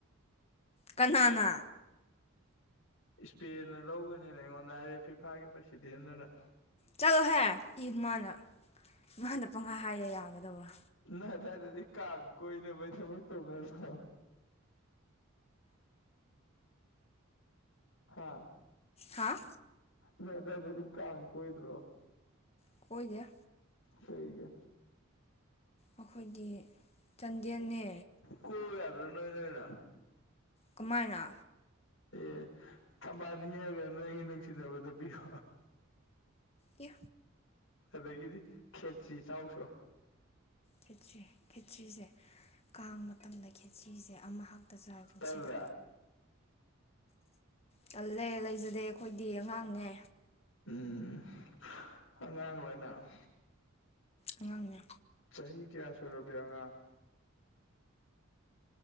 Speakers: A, on the left (about 30°); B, on the left (about 65°).
A: ꯀꯅꯥꯅ
B: ꯏꯁꯄꯦꯟꯅ ꯂꯧꯒꯅꯤꯅ ꯑꯩꯉꯣꯟꯗ ꯍꯥꯏꯔꯛꯑ꫰ꯐꯤꯐꯥꯒꯤ ꯄ꯭ꯔꯁꯤꯗꯦꯟꯗꯨꯅ
A: ꯆꯠꯂꯣꯍꯦ ꯏꯃꯅ ꯃꯥꯥꯅ ꯄꯪꯍꯥꯏ ꯍꯥꯏꯔ ꯌꯥꯒꯗꯕ꯭ꯔꯥ
B: ꯅꯣꯏ ꯑꯗꯥꯏꯗꯗꯤ ꯀꯥꯡ ꯀꯣꯏꯅꯕꯒꯤ ꯊꯕꯛ ꯇꯧꯅꯗ꯭ꯔꯣ ꯍꯥꯥ
A: ꯍꯥꯥ
B: ꯅ ꯑꯗ꯭ꯋꯥꯏꯗꯗꯤ ꯀꯥꯡ ꯀꯣꯏꯗ꯭ꯔꯣ
A: ꯀꯣꯏꯗꯦ
B: ꯀꯩꯒꯤ
A: ꯑꯩꯈꯣꯏꯗꯤ ꯆꯥꯟꯗꯦꯜꯅꯦ
B: ꯀꯣꯏꯌꯨ ꯌꯥꯗ꯭ꯔꯣ ꯅꯣꯏꯅ ꯑꯣꯏꯅ
A: ꯀꯃꯥꯏꯅ
B: ꯑꯦ ꯊꯝꯕꯥꯅꯤ ꯍꯦꯛꯑꯒ ꯅꯣꯏꯒꯤ ꯅꯨꯡꯁꯤꯅꯕꯗ ꯄꯤꯌꯣ
A: ꯑꯦ
B: ꯑꯗꯒꯤꯗꯤ ꯈꯦꯠꯁꯤ ꯆꯥꯎꯆꯣ
A: ꯈꯦꯆ ꯈꯦꯆ꯭ꯔꯤꯁꯦ ꯀꯥꯡꯕ ꯃꯇꯝꯗ ꯈꯦ꯭ꯔꯤꯁꯦ ꯑꯃꯍꯛ ꯈꯛꯇ ꯆꯥꯏ ꯄꯨꯟꯁꯤꯗ
B: ꯇꯜꯂꯦ
A: ꯇꯜꯂꯦ ꯂꯩꯖꯗꯦ ꯑꯩꯈꯣꯏꯗꯤ ꯑꯉꯥꯡꯅꯦ
B: ꯎꯝ ꯑꯉꯥꯡꯂꯥ ꯅꯪ
A: ꯑꯉꯥꯡꯅꯦ
B: ꯆꯍꯤ ꯀꯌꯥ ꯁꯨꯔꯕꯤ ꯑꯉꯥꯡ